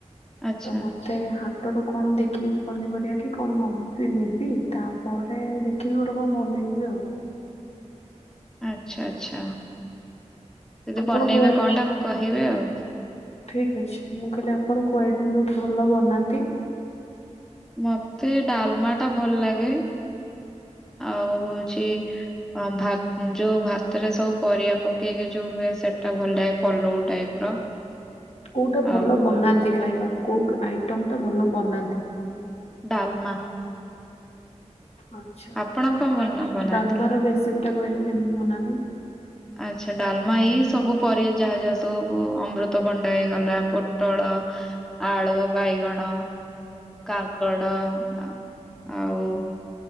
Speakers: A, in the centre; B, on the left.
A: ଆଚ୍ଛା
B: ତମ ମତେ ହାଟରୁ କଣ ଦେଖିକି ପନିପରିବା କି କଣ ନବି ନେବି ତାପରେ ଦେ କିଏ ଗୋଟେ କଣ ବନେଇବି ଆଉ।
A: ଆଚ୍ଛା ଆଚ୍ଛା ଯଦି
B: ଆପଣ
A: ବନେଇବେ
B: କୋଉ ଆଇ
A: କଣ ଟା ମୁଁ କହିବେ ଆଉ।
B: ଠିକ୍ ଅଛି ମୁଁ କହିଲି ଆପଣ କୋଉ ଆଇଟମ୍ ବହୁତ୍ ଭଲ ବନାନ୍ତି?
A: ମତେ ଡାଲମା ଟା ଭଲ ଲାଗେ ଆଉ ହଉଛି ଭା ଯୋଉ ଭାତରେ ସବୁ ପରିବା ପକେଇକି ଯୋଉ ହୁଏ ସେଟା ଭଲ ଲାଗେ ପଲଉ ଟାଇପ୍ ର।
B: କୋଉଟା ଭଲ
A: ଆଉ
B: ବନାନ୍ତି ଖାଇବା କୋଉ ଆଇଟମ୍ ଟା ଭଲ ବନାନ୍ତି?
A: ଡାଲମା।
B: ଆଚ୍ଛା
A: ଆପଣ କଣ ମନ ବନାନ୍ତି?
B: ଡାଲମାର ରେସିପି ଟା କହିଲେ କେମିତି ବନାନ୍ତି?
A: ଆଚ୍ଛା ଡାଲମା ଏଇ ସବୁ ପରିବା ଯାହା ଯାହା ସବୁ ଅମୃତ ବଣ୍ଡା ହେଇଗଲା ପୋଟଳ ଆଳୁ, ବାଇଗଣ, କାଙ୍କଡ଼ ଆ ଆଉ